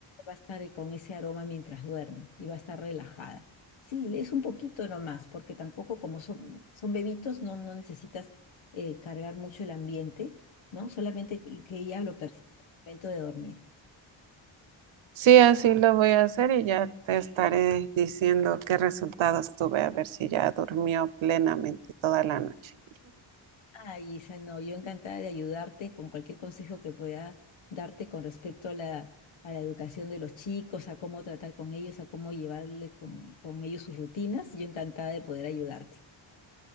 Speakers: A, on the left; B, on the right.
A: va a estar eh, con ese aroma mientras duerme y va a estar relajada. Sí, es un poquito nomás, porque tampoco como son, son bebitos, no, no necesitas eh, cargar mucho el ambiente, ¿no? Solamente que que ella lo perciba al momento de dormir.
B: Sí, así lo voy a hacer y ya te estaré diciendo qué resultados tuve, a ver si ya durmió plenamente toda la noche.
A: Ay, Isa, no, yo encantada de ayudarte con cualquier consejo que pueda darte con respecto a la, a la educación de los chicos, a cómo tratar con ellos, a cómo llevarle con, con ellos sus rutinas. Yo encantada de poder ayudarte.